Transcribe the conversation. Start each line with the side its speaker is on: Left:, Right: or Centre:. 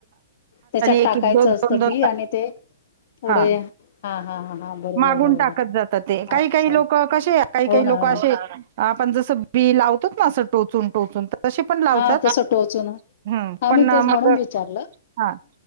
Left: त्याच्यात
Right: एक,
Left: टाकायचं
Right: एक, दोन,
Left: असतं
Right: दोन, दोन
Left: बी आणि ते पुढे
Right: हां,
Left: हा. हा हा. हा बरोबर
Right: मागून
Left: बरोबर
Right: टाकत जातात ते काही
Left: अच्छा
Right: काही लोक कसे काही
Left: हो
Right: काही
Left: ना
Right: लोक
Left: हो
Right: असे
Left: ना
Right: आपण जसं बी लावतो ना असं टोचून टोचून तसे पण लावतात.
Left: हा तस टोचून
Right: हं,
Left: ह
Right: पण
Left: मी तेच म्हणून
Right: मग
Left: विचारलं
Right: हां,